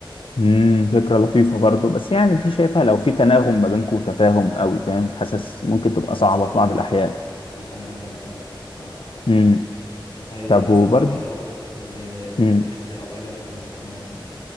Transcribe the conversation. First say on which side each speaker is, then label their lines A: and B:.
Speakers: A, on the left; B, on the left.
A: امم فكره لطيفه برضو بس يعني دي شايفها لو في تناغم ما بينكم وتفاهم قوي فاهم حاسس ممكن
B: ما
A: تبقى
B: نسبيا
A: صعبه في بعض الاحيان
B: الى حد ما اه معاك حق
A: امم
B: طيب
A: طب
B: بالنسبة
A: وبرضو
B: برضو ل...
A: امم
B: للنت أو كده يعني أنا